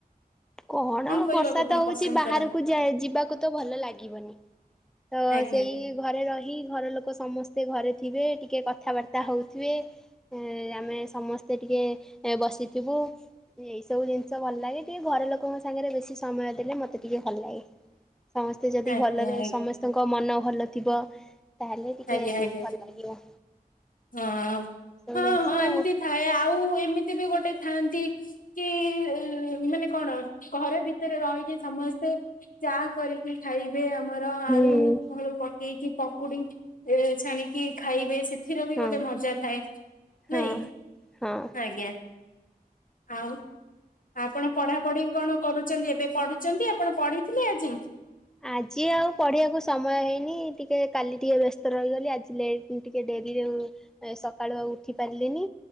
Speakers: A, in the centre; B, on the left (about 60°).
A: କଣ
B: କରିବାକୁ
A: ବର୍ଷା
B: ଆପଣ
A: ତ ହଉଛି
B: ପସନ୍ଦ
A: ବାହାରକୁ
B: କରନ୍ତି
A: ଯିବାକୁ ତ ଭଲ ଲାଗିବନି। ତ
B: ଆଜ୍ଞା
A: ସେଇ ଘରେ ରହି ଘର ଲୋକ ସମସ୍ତେ ଘରେ ଥିବେ ଟିକେ କଥାବାର୍ତ୍ତା ହଉଥିବେ ଆମେ ସମସ୍ତେ ଟିକେ ବ ବଥିବୁ ଏଇ ସବୁ ଜିନିଷ ଭଲ ଲେ ଟିକେ ଘର ଲୋକ ଲୋକଙ୍କ ସାଙ୍ଗରେ ବେଶି ସମୟ ଦେଲେ ମତେ ଟିକେ ଭଲ ଲାଗେ। ସମସ୍ତେ ଯଦି
B: ଆଜ୍ଞା
A: ଭଲରେ
B: ଆଜ୍ଞା
A: ସମସ୍ତଙ୍କ ମନ ଭଲ ଥିବ ତାହେଲେ ଟିକେ
B: ଆଜ୍ଞା ଆଜ୍ଞା
A: ଭଲ ଲାଗିବ।
B: ହଁ
A: ସବୁ
B: ହଁ
A: ଜିନିଷ
B: ହଁ
A: ଆଉ
B: ଏମତି ଥାଏ ଆଉ ଏମିତି ବି ଗୋଟେ। ଗୋଟେ ଥାନ୍ତି କି ମାନେ କଣ ଘର ଭିତରେ ରହିକି ସମସ୍ତେ ଚା କରିକି ଖାଇବି ଆମର
A: ହୁଁ।
B: ଆଳୁ ଫଳୁ ପକେଇକି ପକୁଡି ଛାଣିକି ଖାଇବେ ସେ ଏଥିର ବି
A: ହଁ
B: ଗୋଟେ ମଜା ଥାଏ
A: ହଁ
B: ନାଇଁ
A: ହଁ।
B: ଆଜ୍ଞା। ଆଉ ଆପଣ ପଢାପଢି କଣ କରୁଛନ୍ତି, ଏବେ ପଢୁଛନ୍ତି ଆପଣ ପଢିଥିଲେ ଆଜି
A: ଆଜି ଆଉ ପଢିବାକୁ ସମୟ ହେଇନି ଟିକେ କାଲି ଟିକେ ବ୍ୟସ୍ତ ରହିଗଲି, ଆଜି ଟିକେ ଡେରି ସକାଳୁ ଆଉ ଉଠି ପାରିଲେନି